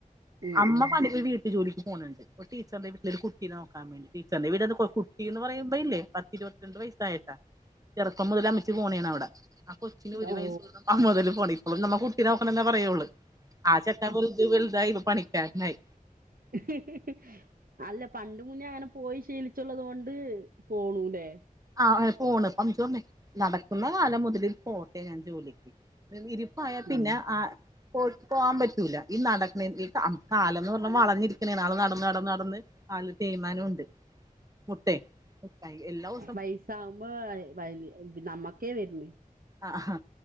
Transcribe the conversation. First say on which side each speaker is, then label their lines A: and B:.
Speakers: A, on the right (about 75°); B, on the right (about 25°).
A: ഉം
B: അമ്മ
A: ഉം
B: പണി വീട്ടിൽ ജോലിക്ക് പോകുന്നുണ്ട്പ്പോ ടീച്ചറിന്റെ വീട്ടിലരു കുട്ടി നോക്കാൻ വേണ്ടി <unintelligible> വീട് കുട്ടി എന്ന് പറയുമ്പോല്ലേ ഇരുപത്തിരണ്ട് വയസ്സായിട്ടാ ചെറുപ്പം മുതൽ അമ്മച്ചി പോണാണ് അവിടെ ആഹ് കൊച്ചിന് ഒരു
A: ഓ
B: വയസ് മുതൽ പോണം ഇപ്പം നമ്മ കുട്ടി നോക്കണന്നെ പറയുള്ളൂ ആഹ് ചേക്കൻ വെലുത്‍ ചെലുതായ് ഇപ്പം പണിക്കാരൻ ആയി
A: <unintelligible> അല്ല പണ്ട് മുന്നേ അങ്ങനെ പോയി ശീലിച്ചുള്ളത് കൊണ്ട് പോണൂല്ലേ
B: ആഹ് പോണ് ഇപ്പം അമ്മച്ചി പറഞ്ഞെ നടക്കുന്ന കാലം മുതലിൽ പോട്ടെ ഞാൻ ജോലിക്ക് ഇരിപ്പായ പിന്നെ
A: ഉം
B: ആഹ് പോ പോകാൻ പറ്റൂല ഈ നടക്ക ഈ കാലന്ന് എന്ന് പറഞ്ഞ വളഞ്ഞിരിക്കണോള് നടന്ന് നടന്ന് നടന്ന് കാൽ തേയിമാനം ഉണ്ട് മുട്ടെ മു എല്ലാം
A: വൈസാവുമ്പോ വ നമ്മക്കേ വരണ്
B: ആഹാ